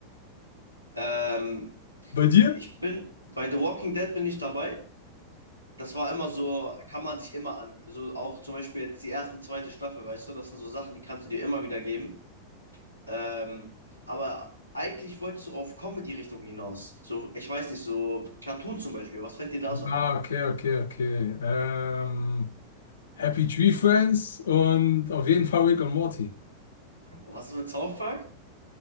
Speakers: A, on the left; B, on the left.
A: ähm,
B: Bei dir?
A: ich bin bei The Walking Dead bin ich dabei. das war immer so, kann man sich immer an, so auch zum Beispiel jetzt die erste, und zweite Staffel, weißt du, das sind so Sachen, die kannst du dir immer wieder geben. Ähm, aber eigentlich wolltest du auf Comedy-Richtung hinaus. So, ich weiß nicht, so Cartoon zum Beispiel, was fällt dir da so
B: Ah,
A: ein?
B: okay, okay, okay. Ähm, Happy Tree Friends und auf jeden Fall Rick und Morty.
A: Und was ist mit South Park?